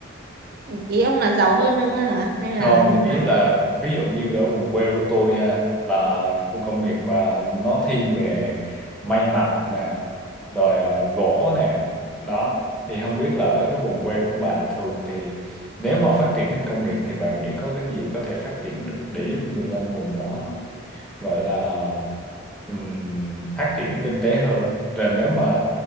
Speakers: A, on the right; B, in the centre.
A: ý ông là giàu hơn ông á hả hay là
B: Không,
A: như
B: ý
A: nào
B: là ví dụ như ở vùng quê của tôi nha, là khu công nghiệp à, nó thiên về may mặc nè, rồi à, gỗ nè. Đó, thì không biết là ở cái vùng quê của bà thường thì nếu mà phát triển lên công nghiệp thì bà nghĩ có cái gì có thể phát triển được để giúp người dân vùng đó gọi là ừm, phát triển kinh tế hơn rồi nếu mà